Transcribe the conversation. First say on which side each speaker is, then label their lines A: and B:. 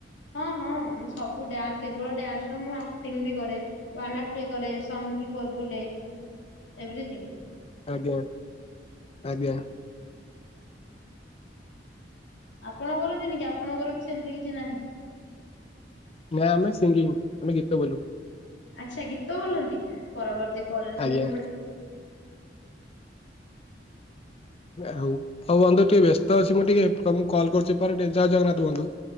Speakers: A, on the left (about 80°); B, on the left (about 35°).
A: ହଁ ହଁ ମୁଁ ସବୁ ଡ୍ୟାନସ୍ କେବଳ ଡ୍ୟାନସ୍ ନୁହଁ ମୁଁ ଆକ୍ଟିଙ୍ଗ୍ ବି କରେ ୱାନପ୍ ବି କରେ ସଙ୍ଗ୍ ବି ବଲ୍ ବୋଲେ ଏଭରିଥିଙ୍ଗ୍।
B: ଆଜ୍ଞା ଆଜ୍ଞା।
A: ଆପଣ କରନ୍ତିନି କି ଆପଣଙ୍କର କି ସେମତି କିଛି ନାହିଁ?
B: ନା ଆମେ ସିଙ୍ଗିଙ୍ଗ୍ ଆମେ ଗୀତ ବୋଲୁ।
A: ଆଚ୍ଛା ଗୀତ ବୋଲନ୍ତି ପରବର୍ତ୍ତୀ କଲେଜ ହେଲେ
B: ଆଜ୍ଞା
A: ମୁଁ ଗୋଟେ
B: ଆଉ ହୋଉ ବନ୍ଧୁ ଟିକେ ବ୍ୟସ୍ତ ଅଛି ମୁଁ ଟିକେ ତମକୁ କଲ୍ କରୁଚି ପରେ ଟିକେ ଜୟ ଜଗନ୍ନାଥ ବନ୍ଧୁ।